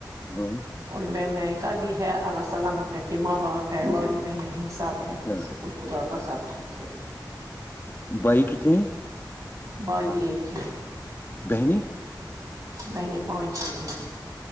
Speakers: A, on the left; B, on the right.
A: ہاں
B: اور مائیکہ بھی ہے اللہ سلامت رکھے ماں باپ ہے بھائی بہنیں ہیں سب ہے
A: ہاں
B: شکر خدا کا ساتب ٹھیک ہے
A: بائی کت ہیں
B: بائی ایک ہے
A: بہنیی
B: بہنےیں پانچ ہیں